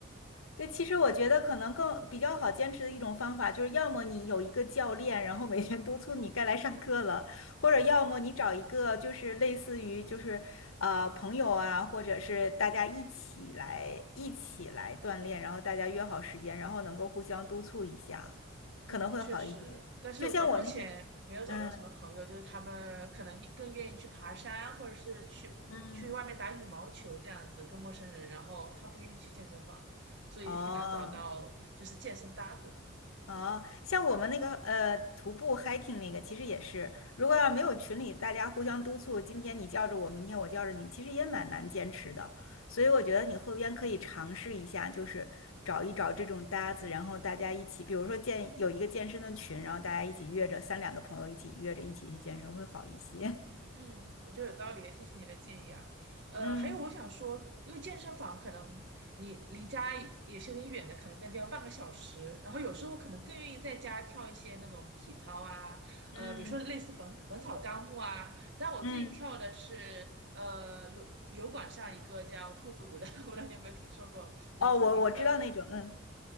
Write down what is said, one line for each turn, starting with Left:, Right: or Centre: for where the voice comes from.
Left: 对，其实我觉得可能更比较好坚持的一种方法，就是要么你有一个教练，然后每天督促你该来上课了，或者要么你找一个就是类似于就是呃朋友啊，或者是大家一起来一起来锻炼，然后大家约好时间，然后能够互相督促一下，
Right: 嗯，
Left: 可能会好一点。
Right: 确实，但是我目前没有找到什么朋友，
Left: 就像我那个，嗯
Right: 就是他们可能更愿意去爬山，或者是去去外面打羽毛球这样子，
Left: 嗯，
Right: 跟陌生人，然后他不愿意去健身房，所以也挺难找到就是健身搭子。
Left: 哦。哦，像我们那个呃徒步 hiking 那个，其实也是，如果要没有群里大家互相督促，今天你叫着我，明天我叫着你，其实也蛮难坚持的。所以我觉得你后边可以尝试一下，就是找一找这种搭子，然后大家一起，比如说建有一个健身的群，然后大家一起约着三两个朋友一起约着一起去健身会好一些。
Right: 嗯，我觉得有道理，谢谢你的建议啊。呃，
Left: <laughs> 嗯
Right: 还有我想说，因为健身房可能你离家也是有点远的，可能将近要半个小时。然后有时候可能更愿意在家跳一些那种体操啊，
Left: 嗯
Right: 呃，比如说类似本《本草纲目》啊。但我最近跳的是呃有油管上一个叫兔子舞的，
Left: 嗯，
Right: <laughs> 我不知道你有没有听说过，名字挺可爱
Left: 哦，我我知道那种，嗯